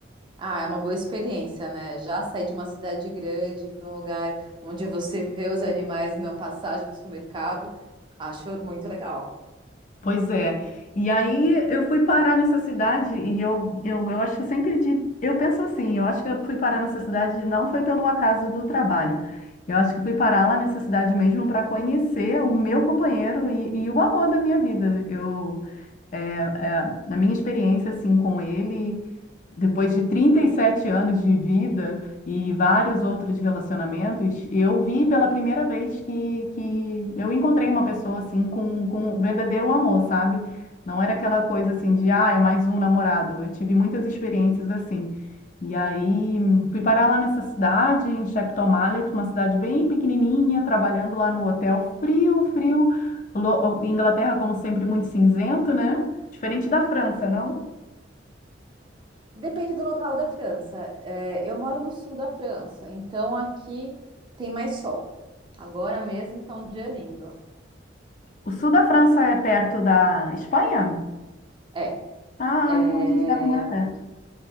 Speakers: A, on the right; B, on the left.
A: Ah, é uma boa experiência, né? Já sair de uma cidade grande para um lugar onde você vê os animais na passagem para o supermercado, acho muito legal.
B: Pois é. E aí eu fui parar nessa cidade e eu, eu, eu acho que sempre de, eu penso assim, eu acho que eu fui parar nessa cidade não foi pelo acaso do trabalho. Eu acho que fui parar lá nessa cidade mesmo para conhecer o meu companheiro e, e o amor da minha vida. Eu é, é, na minha experiência assim com ele, depois de 37 anos de vida e vários outros relacionamentos, eu vi pela primeira vez que, que eu encontrei uma pessoa assim com, com um verdadeiro amor, sabe? Não era aquela coisa assim de, ah, é mais um namorado. Eu tive muitas experiências assim. E aí fui parar lá nessa cidade, em Shepton Mallet, uma cidade bem pequenininha, trabalhando lá no hotel frio, frio. Lo- Inglaterra, como sempre, muito cinzento, né? Diferente da França, não?
A: Depende do local da França. É, eu moro no sul da França, então aqui tem mais sol. Agora mesmo tá um dia lindo.
B: O sul da França é perto da Espanha?
A: É,
B: Ah, então
A: é,
B: a gente deve morar perto.